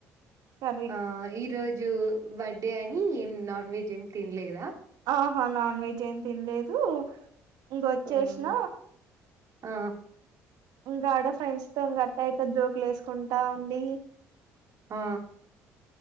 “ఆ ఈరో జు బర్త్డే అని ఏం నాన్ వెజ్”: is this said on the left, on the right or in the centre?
Right